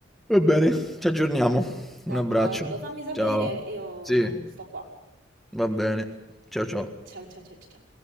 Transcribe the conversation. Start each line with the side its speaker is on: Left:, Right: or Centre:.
Centre: Va bene, ci aggiorniamo. Un
Right: D'accordo,
Centre: abbraccio.
Right: fammi sapere,
Centre: Ciao.
Right: io
Centre: Sì,
Right: sto qua.
Centre: va bene. Ciao ciao.
Right: Ciao ciao ciao ciao. ciao.